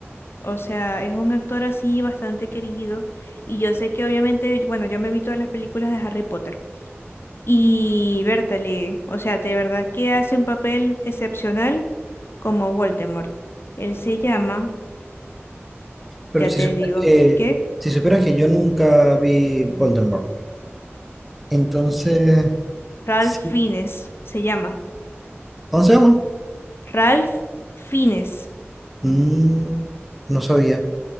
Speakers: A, on the left (about 60°); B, in the centre.
A: o sea, es un actor así bastante querido y yo sé que obviamente, bueno, yo me vi todas las películas de Harry Potter. Y Bertale, o sea, de verdad que hace un papel excepcional como Voldemort. Él se llama,
B: Pero
A: ya
B: si
A: te
B: supieras
A: digo,
B: que,
A: ¿qué?
B: si supieras que yo nunca vi Voldemort. Entonces,
A: Ralph
B: sí.
A: Fiennes, se llama.
B: ¿Cómo se llama?
A: Ralph Fiennes.
B: Mm, no sabía.